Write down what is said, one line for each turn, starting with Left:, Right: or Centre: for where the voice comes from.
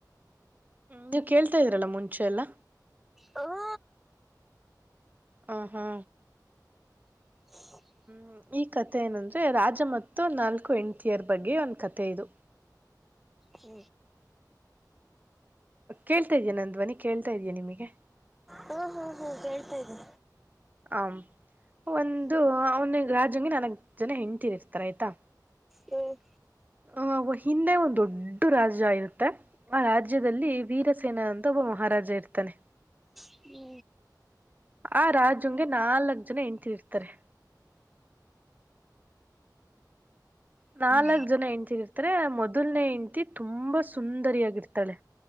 Right: ನೀವು ಕೇಳ್ತಾ ಇದೀರಲ್ಲಾ ಮುಂಚೆಲ್ಲಾ
Centre: ಹ್ಮ್
Right: ಹ ಹಾ
Centre: ಹ
Right: ಹೂ ಈ ಕಥೆ ಏನಂದ್ರೆ ರಾಜ ಮತ್ತು ನಾಲ್ಕಹೆಂಡತಿಯರ್ ಬಗ್ಗೆ ಒಂದ್ ಕತೆೆ ಇದು
Centre: ಹೂ
Right: ಕೇಳ್ತಾ ಇದೀ ನ ಧ್ವನಿ ಕೇಳ್ತಾ ಇದೀಯಾ ನಿಮ್ಗೆ
Centre: ಹೂ ಹೂ ಹೂ ಕೇಳ್ತಾ ಇದೆ
Right: ಆಂ ಒಂದು ಅವ್ನ ಗೆ ರಾಜಂಗೆ ನಾಲ್ಕ್ ಜನ ಹೆಂಡ್ತಿ ಇರ್ತಾರೆ ಆಯ್ತಾ
Centre: ಹ್ಮ್
Right: ಅ ಹಿಂದೆ ಒಂದು ದೊಡ್ಡ ರಾಜ್ಯ ಇರುತ್ತೆ ಆ ರಾಜ್ಯದಲ್ಲಿ ವೀರಸೇನಾ ಅಂದ ಒಬ್ಬ ಮಹಾರಾಜ ಇರ್ತಾನೆ
Centre: ಹೂ
Right: ಆ ರಾಜಂಗೆ ನಾಲ್ಕ್ ಜನ ಹೆಂಡತಿಯರುಇರ್ತಾರೆ
Centre: ಹ್ಮ್
Right: ನಾಲ್ಕ್ ಜನ ಹೆಂಡ್ತಿ ಇರ್ತಾರೆ ಮೊದಲನೇ ಹೆಂಡ್ತಿ ತುಂಬಾ ಸುಂದರಿಯಾಗಿರ್ತಾಳೆ